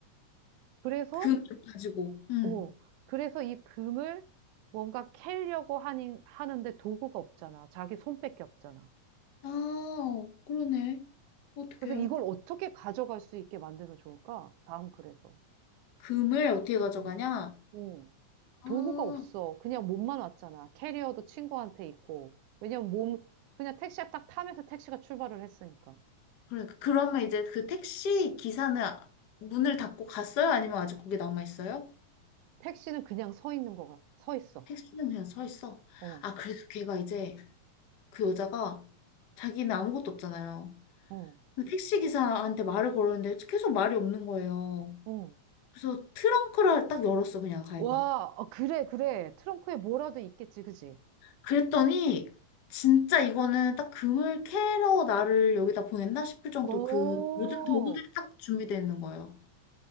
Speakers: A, on the right; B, on the left.
A: 그래서
B: 금을 가지고. 음.
A: 오, 그래서 이 금을 뭔가 캐려고 하니, 하는데 도구가 없잖아. 자기 손밖에 없잖아.
B: 아, 그러네. 어떡해요?
A: 그래서 이걸 어떻게 가져갈 수 있게 만들면 좋을까? 다음 글에서.
B: 금을 어떻게 가져가냐?
A: 음. 오,
B: 아,
A: 도구가 없어. 그냥 몸만 왔잖아. 캐리어도 친구한테 있고. 왜냐면 몸, 그냥 택시가 딱 타면서 택시가 출발을 했으니까.
B: 그래. 그러면 이제 그 택시 기사는 문을 닫고 갔어요? 아니면 아직 거기 남아 있어요?
A: 택시는 그냥 서 있는 거가, 서 있어.
B: 택시는 그냥 서 있어.
A: 어,
B: 아, 그래서 걔가 이제 그 여자가 자기는 아무것도 없잖아요.
A: 어,
B: 택시 기사한테 말을 걸었는데 계속 말이 없는 거예요.
A: 어.
B: 그래서 트렁크를 딱 열었어, 그냥 자기가.
A: 와, 어, 그래, 그래. 트렁크에 뭐라도 있겠지, 그지?
B: 그랬더니 진짜 이거는 딱 금을 캐러 나를 여기다 보냈나 싶을 정도
A: 오,
B: 그 모든 도구들이 딱 준비되어 있는 거예요.